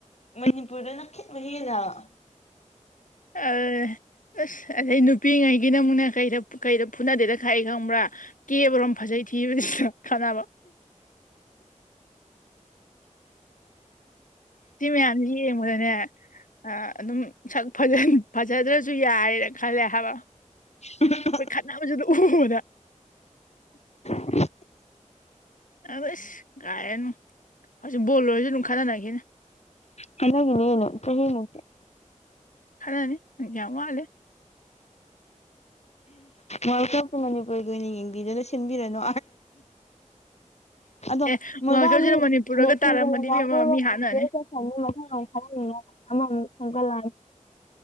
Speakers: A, on the left; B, on the left.
A: ꯃꯅꯤꯄꯨꯔꯗꯅ ꯈꯤꯠ ꯃꯍꯦꯜꯂꯦ ꯍꯥꯏꯕ
B: ꯑ ꯑꯁ ꯑꯗꯩ ꯅꯨꯄꯤꯉꯩꯒꯤꯅ ꯑꯃꯨꯛꯅ ꯀꯩꯗ ꯀꯩꯗ ꯐꯨꯅꯗꯦꯗ ꯈꯥꯛꯏ ꯈꯪꯕ꯭ꯔꯥ ꯀꯦꯕꯔꯣ ꯐꯖꯩ ꯊꯤꯕꯅꯤ ꯈꯥꯟꯅꯕ ꯁꯤ ꯃꯌꯥꯝꯁꯦ ꯌꯦꯡꯕꯗꯅꯦ ꯑꯗꯨꯝ ꯁꯛ ꯐꯖꯗ꯭ꯔꯁꯨ ꯌꯥꯏꯅ ꯈꯜꯂꯦ ꯍꯥꯏꯕ
A: ꯑ <unintelligible>
B: ꯃꯣꯏ ꯈꯠꯅꯕꯁꯨꯗ <unintelligible> ꯎꯕꯗ
A: <unintelligible>
B: ꯑꯁ ꯀꯥꯏꯗꯩꯅꯣ ꯍꯧꯖꯤꯛ ꯕꯣꯜ ꯑꯣꯏꯔꯁꯨ ꯑꯗꯨꯝ ꯈꯠꯅꯅꯒꯤꯅꯤ
A: ꯍꯅꯦꯅ ꯍꯉ꯭ꯔ <unintelligible>
B: ꯈꯠꯅꯅꯤ ꯌꯥꯝ ꯋꯥꯠꯂꯤ
A: ꯋꯥꯂꯀꯞꯄꯨ ꯃꯅꯤꯄꯨꯔꯒꯤ ꯑꯣꯏꯅ ꯌꯦꯡꯕꯤꯗꯅ ꯁꯤ ꯁꯤꯟꯕꯤꯔꯅꯣ ꯑꯗꯣ
B: ꯑꯦ
A: ꯃꫭꯏꯕꯥꯅꯤ
B: ꯋꯥꯔꯜ ꯀꯞꯁꯤꯅ ꯃꯅꯤꯄꯨꯔꯒ
A: ꯃꯦꯁꯤꯒ
B: ꯇꯥꯔꯝꯃꯗꯤ
A: ꯔꫭꯅꯥꯜꯗꫭꯒꯥ
B: ꯏꯕꯦꯝꯃ ꯃꯤ ꯍꯥꯠꯅꯅꯤ
A: <unintelligible> <unintelligible>